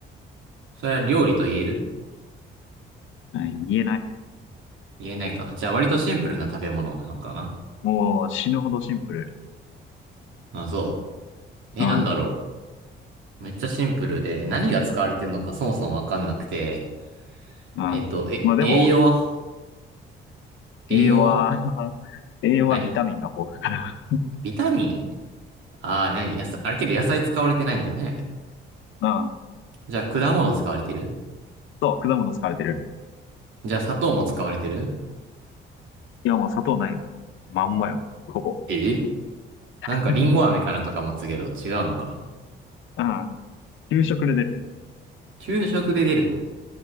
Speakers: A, on the right; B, on the left.
A: それは料理と言える
B: はい、言えない。
A: 言えないか。じゃあ割とシンプルな食べ物なのかな。
B: もう死ぬほどシンプル。
A: まあ、そう。
B: うん。
A: え、なんだろう。めっちゃシンプルで、何が使われてるのかそもそもわかんなくて。
B: うん。
A: えっと、え、
B: まあでも、
A: 栄養は、栄養は
B: 栄養は <laughs> 栄養はビタミンが豊富だか
A: ないビタミンああー、何野菜、あれけど野菜使われてないんだよね。
B: ら。<laughs> うん。
A: じゃあ果物使われてる
B: そう、果物使われてる。
A: じゃあ砂糖も使われてる
B: いや、もう砂糖ないもん。まんまよ。ほぼ。
A: えなんかリンゴ飴かなとか思ってたけど違うのか。
B: <laughs> うん。給食で出る。
A: 給食で出るの